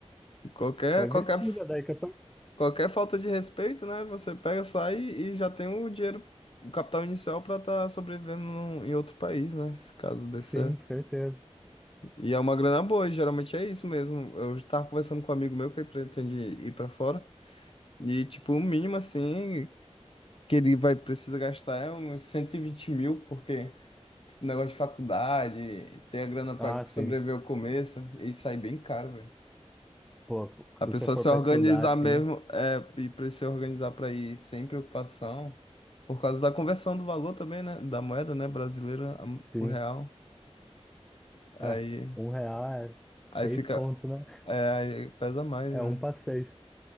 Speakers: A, on the left (about 55°); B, in the centre.
A: Qualquer,
B: pra investir,
A: qualquer
B: já daí que eu tô.
A: Qualquer falta de respeito, né? Você pega, sai e já tem o dinheiro, o capital inicial pra estar sobrevivendo num- em outro país, né? Se caso dê certo.
B: Sim, certeza.
A: E é uma grana boa, e geralmente é isso mesmo. Eu tava conversando com um amigo meu que pretende ir pra fora. E, tipo, o mínimo, assim, que ele vai precisa gastar é uns 120 mil, porque negócio de faculdade, ter a grana pra
B: Ah, sim.
A: sobreviver ao começo, e sai bem caro, velho.
B: Pô,
A: A
B: se
A: pessoa
B: você for
A: se
B: pra
A: organizar
B: estudar,
A: mesmo
B: sim,
A: é, e para se organizar para ir sem preocupação, por causa da conversão do valor também, né? Da moeda, né? Brasileira, a-
B: sim.
A: o real. Aí,
B: É, um real é
A: aí
B: seis
A: fica.
B: conto, né?
A: É, aí pesa mais,
B: É
A: né?
B: um pra seis.